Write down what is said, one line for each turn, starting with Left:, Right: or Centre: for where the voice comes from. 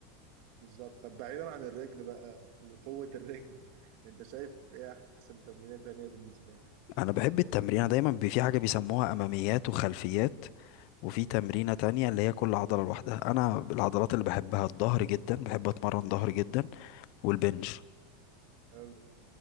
Right: بالظبط طب بعيدا عن الرجل بقى وقوة الرجل <laughs> انت شايف ايه احسن تمرينة تانية بالنسبة
Left: انا بحب التمرينة دايما بي- في حاجة بيسموها اماميات وخلفيات وفي تمرينة تانية اللي هي كل عضلة لوحدها انا العضلات اللي بحبها الظهر جدا بحب اتمرن ظهر جدا والبنج
Right: لك